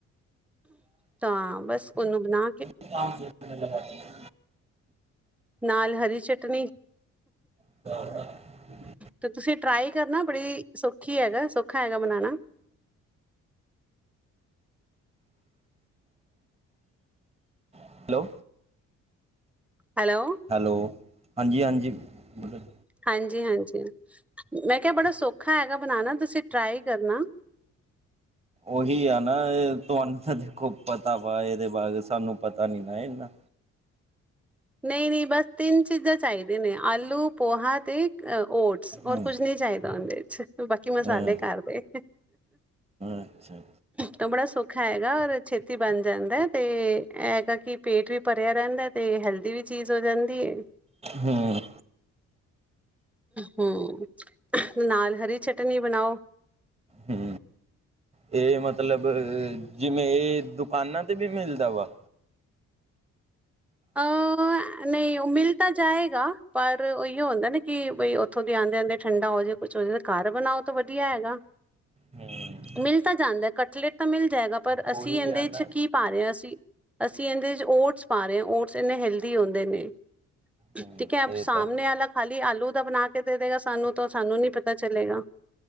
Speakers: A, in the centre; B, on the right (about 20°).
A: ਤਾਂ, ਬਸ ਓਨੂੰ ਬਨਾ
B: <unintelligible>
A: ਨਾਲ ਹਰੀ ਚਟਨੀ
B: <unintelligible>
A: ਤੇ ਤੁਸੀਂ ਟਰਾਈ ਕਰਨਾ, ਬੜੀ ਸੌਖੀ ਹੈਗਾ, ਸੌਖਾ ਹੈਗਾ ਬਨਾਨਾ।
B: Hello,
A: hello.
B: ਹੈਲੋ, ਹਾਂਜੀ-ਹਾਂਜੀ, ਬੋਲੋ ਜੀ।
A: ਹਾਂਜੀ-ਹਾਂਜੀ, ਮੈਂ ਕੇਆ ਬੜਾ ਸੌਖਾ ਹੈਗਾ ਬਨਾਨਾ, ਤੁਸੀਂ ਟਰਾਈ ਕਰਨਾ।
B: ਓਹੀ ਆ ਨਾ ਤੁਆਨੂੰ ਤਾਂ ਦੇਖੋ ਪਤਾ ਵਾ ਏਦੇ ਬਾਰੇ, ਸਾਨੂੰ ਪਤਾ ਨੀ ਨਾ ਏਨਾਂ
A: ਨਈ-ਨਈ, ਬਸ ਤਿੰਨ ਚੀਜ਼ਾਂ ਚਾਈਦੀਆਂ ਨੇ, ਆਲੂ, ਪੋਹਾ ਤੇ ਅ ਓਟਸ, ਹੋਰ
B: ਹੂੰ,
A: ਕੁਝ ਨੀ ਚਾਈਦਾ ਓਂਦੇ 'ਚ, ਬਾਕੀ ਮਸਾਲੇ
B: ਅ
A: ਘਰਦੇ
B: ਅੱਛਾ।
A: ਤਾਂ ਬੜਾ ਸੌਖਾ ਹੈਗਾ ਔਰ ਛੇਤੀ ਬਨ ਜਾਂਦਾ ਤੇ ਐ ਹੈਗਾ ਕਿ ਪੇਟ ਵੀ ਭਰਿਆ ਰੈਂਦਾ ਤੇ ਹੈਲਦੀ ਵੀ ਚੀਜ਼ ਹੋ ਜਾਂਦੀ ਏ।
B: ਹੂੰ,
A: ਹੂੰ, ਨਾਲ ਹਰੀ ਚਟਨੀ ਬਨਾਓ।
B: ਹੂੰ। ਏ ਮਤਲਬ ਜਿਵੇਂ ਏ ਦੁਕਾਨਾਂ ਤੇ ਵੀ ਮਿਲਦਾ ਵਾ?
A: ਅ ਨਈ ਓ ਮਿਲ ਤਾਂ ਜਾਏਗਾ ਪਰ ਓਇਓ ਹੁੰਦਾ ਨਾ ਕਿ ਬਈ ਓਥੋਂ ਦੇ ਆਂਦੇ-ਆਂਦੇ ਠੰਡਾ ਹੋ ਜੇ। ਕੁਛ ਹੋਜੇ ਤੇ ਘਰ ਬਨਾਓ ਤਾਂ ਵਦੀਆ ਹੈਗਾ।
B: ਹ। ਹੂੰ।
A: ਮਿਲ ਤਾਂ ਜਾਂਦਾ, ਕਟਲੇਟ ਤਾਂ ਮਿਲ ਜਾਏਗਾ। ਪਰ ਅਸੀਂ
B: ਉਹੀ
A: ਏਂਦੇ
B: ਆ ਨਾ
A: 'ਚ ਕੀ ਪਾ ਰੇ ਆਂ ਅਸੀਂ, ਅਸੀਂ ਏਂਦੇ 'ਚ ਓਟਸ ਪਾ ਰੇ ਆਂ। ਓਟਸ ਏਨੇ ਹੈਲਦੀ ਹੁੰਦੇ ਨੇ,
B: ਹੂੰ
A: ਠੀਕ ਐ
B: ਇਹ
A: ਸਾਮਨੇ
B: ਤਾਂ ਹੈ
A: ਆਲਾ ਖਾਲੀ ਆਲੂ ਦਾ ਬਨਾ ਕੇ ਦੇ ਦੇਗਾ ਸਾਨੂੰ ਤਾਂ, ਸਾਨੂੰ ਨੀ ਪਤਾ ਚਲੇਗਾ।